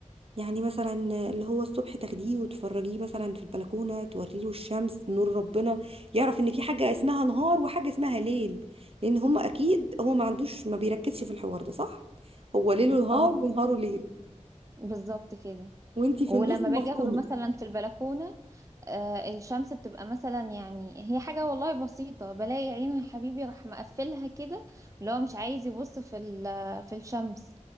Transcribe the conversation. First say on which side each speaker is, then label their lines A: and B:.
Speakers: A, on the right; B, on the right.
A: يعني مثلا اللي هو الصبح تاخديه وتفرجيه مثلا في البلكونه توري له الشمس نور ربنا يعرف ان في حاجه اسمها نهار وحاجه اسمها ليل لان هم اكيد هو ما عندوش ما بيركزش في الحوار ده صح هو ليله نهار
B: اه
A: ونهاره ليل
B: بالظبط كده
A: وانت في
B: ولما
A: النص مفرومه
B: باجي اخده مثلا في البلكونة آه، الشمس بتبقى مثلا يعني هي حاجة والله بسيطة بلاقي عينه يا حبيبي راح مقفلها كده اللي هو مش عايز يبص في ال- في الشمس